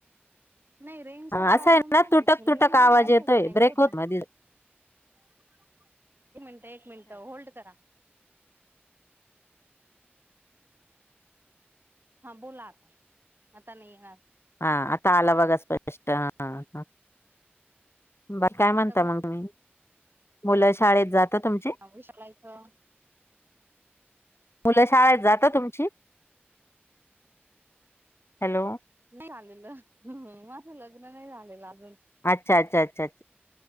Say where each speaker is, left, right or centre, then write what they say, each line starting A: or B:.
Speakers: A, on the right; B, on the left.
A: नाही रेंजचा
B: हा
A: प्रॉब्लेम
B: असं आहे ना,
A: नाही
B: ना तुटक,,
A: ऍक्च्युली
B: तुटक
A: माझं
B: आवाज
A: वायफाय
B: येतोय
A: कनेक्ट
B: ब्रेक
A: होतं.
B: होत मध्येऽऽ <unintelligible>
A: एक मिनिटं, एक मिनिट, होल्ड करा. हा बोलाआता, आता नाही येणार.
B: हा आता आला बघा स्पष्ट हा, हा, बर काय म्हणता
A: आता कोण
B: मग मी तूती,, मुलाऽऽ शाळेत जात तुमचे,
A: विशालायचं
B: मुलं शाळेत जातं तुमची,,, हॅलो
A: नाही झालेलं,,, माझं लग्न नाही झालेलंअजऽषऽ
B: अच्छा, अच्छा, अच्छा, अच्छ,